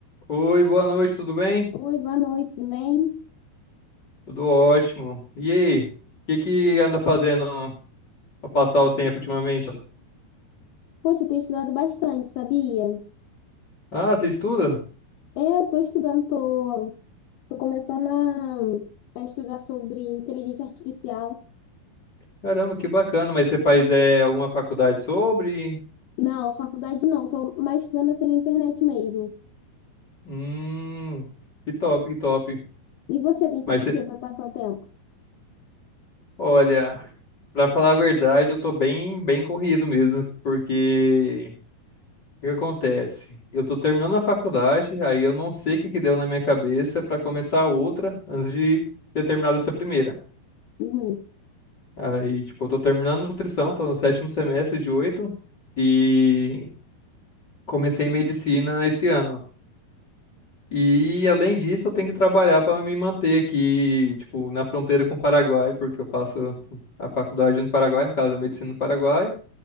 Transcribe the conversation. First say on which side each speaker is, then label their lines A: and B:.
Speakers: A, on the left (about 30°); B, on the left (about 80°).
A: Oi, boa noite, tudo bem?
B: Oi, boa noite, tudo bem?
A: Tudo ótimo. E aí, o que que anda fazendo pra passar o tempo ultimamente?
B: Poxa, eu tenho estudado bastante, sabia?
A: Ah, você estuda?
B: É, eu tô estudando, tô, tô começando a, a estudar sobre inteligência artificial.
A: Caramba, que bacana. Mas você faz é, alguma faculdade sobre?
B: Não, faculdade não, tô mais estudando assim na internet mesmo.
A: Hum, que top, que top.
B: E você tem
A: Mas
B: feito
A: você,
B: o quê para passar o tempo?
A: olha, pra falar a verdade, eu tô bem, bem corrido mesmo, porque o que que acontece? Eu tô terminando a faculdade, aí eu não sei o que que deu na minha cabeça pra começar outra antes de ter terminado essa primeira.
B: Uhum,
A: Aí, tipo, eu tô terminando nutrição, tô no sétimo semestre de oito e comecei medicina esse ano. E além disso, eu tenho que trabalhar para me manter aqui, tipo, na fronteira com o Paraguai, porque eu faço a faculdade no Paraguai, no caso, a medicina no Paraguai.